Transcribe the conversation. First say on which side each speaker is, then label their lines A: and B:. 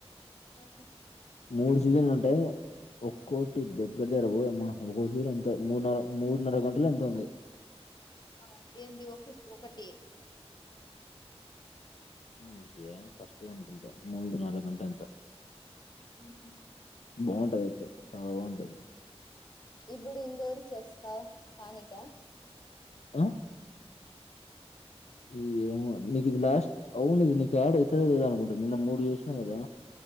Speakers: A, on the left; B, on the left.
A: ఓహో
B: మూడు సీజన్లో ఉంటాయి ఒక్కోటి దగ్గర దగర ఓయమ్మ ఒక్కొక్క సిరీ ఎంత మూడు నర మూడున్నర గంటలు ఎంతో ఉంది
A: ఆ ఏంది ఒక సి ఒకటి
B: మ్మ్ యా ఫస్ట్ మూడున్నర గంట అంత
A: అహ
B: బాగుంటది అయితే చాలా బాగుంటది
A: ఇప్పుడు ఇంకోరికి చేస్తావ్ పావనిక
B: ఆ మ్మ్ ఏమో నీకు ఇది లాస్ట్ అవును ఇది నీకు యాడ్ అయితది అనుకుంటా నిన్న మూడు చేసినవు కదా